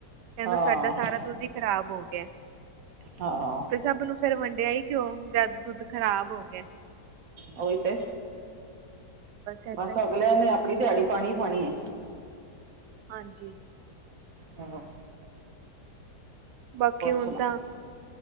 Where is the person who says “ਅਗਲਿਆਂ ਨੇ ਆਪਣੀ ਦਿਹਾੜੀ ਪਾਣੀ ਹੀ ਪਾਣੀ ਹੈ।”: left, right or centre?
Right